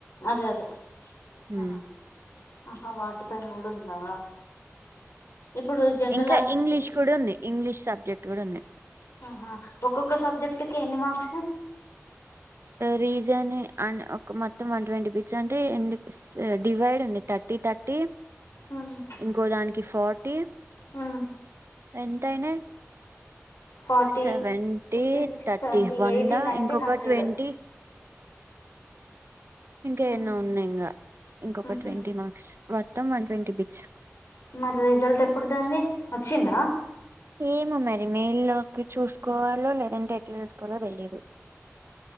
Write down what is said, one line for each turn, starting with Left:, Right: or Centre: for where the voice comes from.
Left: అదే అదే
Right: హ్మ్
Left: ఆ ఆహా వాటి పైన కూడ ఉందా ఇప్పుడు జనరల్
Right: ఇంకా
Left: అబ్-
Right: ఇంగ్లీష్
Left: ఈ
Right: కూడ ఉంది ఇంగ్లీష్ సబ్జెక్ట్ కూడ ఉంది
Left: ఆహా ఒక్కొక్క సబ్జెక్ట్ కి ఎన్ని మార్క్స్
Right: రీజనే ఆ ఒక మొత్తం వన్ ట్వంటీ బీచ్ అంటే ఎందుకు డివైడ్ ఉ థర్టీ థర్టీ
Left: హ్మ్
Right: ఇంకో దానికి ఫార్టీ
Left: హ్మ్
Right: ఎన్ యినా
Left: forty
Right: seventy
Left: fifty sixty
Right: thirty
Left: seventy
Right: వంద
Left: ఎయిటీ నైన్టీ
Right: ఇంకొ
Left: హండ్రెడ్
Right: క ట్వంటీ ఇంకా
Left: హ్మ్
Right: ఎన్నో ఉన్నాయి ఇంకా ఇంకొక
Left: హ్మ్
Right: ట్వంటీ
Left: హు
Right: మార్క్స్ మొత్తం వన్ ట్వంటీ బిట్స్
Left: మరి రిజల్ట్ ఎప్పుడుదండి వచ్చిందా
Right: ఏమ మరి మేల్లోకి చూసుకోవాలో లేదంటే ఎట్ల చూసుకోవాలో తెలిదు